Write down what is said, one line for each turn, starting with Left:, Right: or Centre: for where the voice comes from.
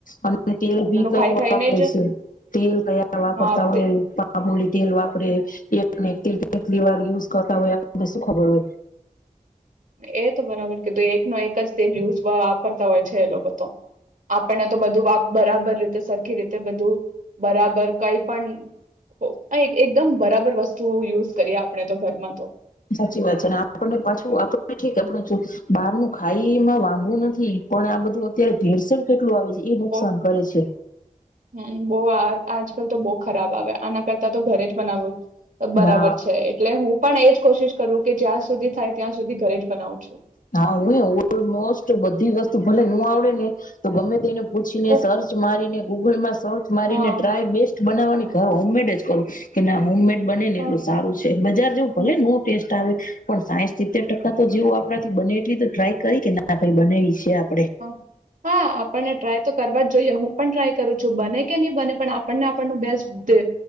Left: અને તેલ ભી કયું
Right: ખાઈ ખાઈને
Left: વાપરે
Right: જ
Left: છે, તેલ કયા વાપરતા
Right: હા
Left: હોય
Right: તે
Left: એ પામૂલી તેલ વાપરે <unintelligible> કેટલી વાર યુઝ કરતા હોય આપનને શું ખબર હોય.
Right: એ તો બરાબર કીધું એકનો એક જ તેલ યુઝ વાપરતા હોય છ તો એ લોકો તો આપણને તો બધું વા બરાબર રીતે સરખી રીતે બધું બરાબર કાઈ પણ ઓ આએ એકદમ બરાબર વસ્તુ યુઝ કરીએ આપણે તો ઘરમાં તો
Left: સાચી વાત છે ને આપણને પાછું આપ ઠીક આપડે જો બહારને ખાઈ ઈમાં વાંધો નથી, પણ આ બધું અત્યારે ભેરસેળ કેટલું આવે એ નુકસાન
Right: ઓ
Left: કરે છે.
Right: હમ બહુ આ આજકાલ તો બહુ ખરાબ આવે આના કરતા તો ઘરે જ બનાવું બરાબર
Left: હા
Right: છે, એટલે હું પણ એજ કોશિશ કરું કે જ્યાં સુધી થાય ત્યાં સુધી ઘરે જ બનાવું છું.
Left: હા, હું ઓલમોસ્ટ બધી વસ્તુ ભલે ન નો આવડે ને તો ગમે તેને પૂછીને
Right: તો
Left: સર્ચ મારીને ગૂગલમાં સ સર્ચ મારીને
Right: હા
Left: ટ્રાય બેસ્ટ બનાવવાની
Right: હા
Left: ઘર હોમમેડ જ. કરું કે ના હોમમેડ બને ને
Right: હા,
Left: એટલું સારું છે બજાર જેવું
Right: હા.
Left: ભલે નો ટેસ્ટ આવે પણ સાહેઠ સિત્તેર ટકા તો જેવું આપ પરાથી બને એટલી તો ટ્રાય કરી કે ના ભઈ બનેવી છે આ.
Right: હ, હા, આપણને ટ્રાય તો કરવા જ જોઈએ હું. પન ટ્રાય કરું છું બને કે નહી બને પણ આપણને આપણનું બેસ્ટ જોઈએ,